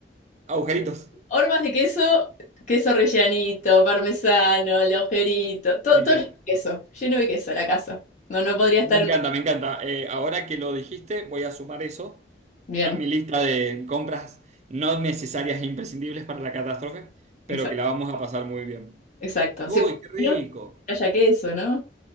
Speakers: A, on the right; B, on the left.
A: Agujeritos.
B: Hormas de queso, queso rellanito, parmesano, el de agujerito, todo,
A: Me
B: todo
A: encanta.
B: lleno de queso, lleno de queso la casa. No, no podría estar
A: Me encanta,
B: en una casa.
A: me encanta. Eh, ahora que lo dijiste, voy a sumar eso
B: Bien,
A: a mi lista de compras no necesarias e imprescindibles para la catástrofe, pero
B: exacto,
A: que la vamos a pasar muy bien.
B: exacto.
A: Uy,
B: Sí, por
A: qué rico.
B: lo menos que haya queso, ¿no?